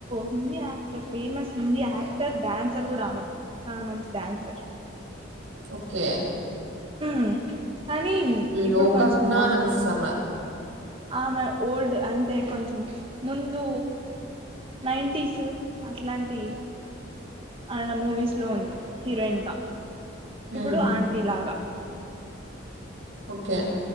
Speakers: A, on the right (about 30°); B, on the right (about 85°).
A: Hindi actor famous Hindi actor dancer కూడా ఆమె చాలా మంచి డడాన్సర్
B: ఓకే
A: మ్ కానీ ఇప్పుడు
B: లోకజ్ఞానం
A: కొంచెం ఆమ
B: ఇస్తన్నారు
A: ఆ మై ఓల్డ్ అంటే కొంచెం ముందు నైంటస్ అట్లాంటి అన మూవీస్లో ఉంది హీరోయిన్గా
B: హ్మ్
A: ఇప్పుడు ఆంటీ లాగా
B: ఓకే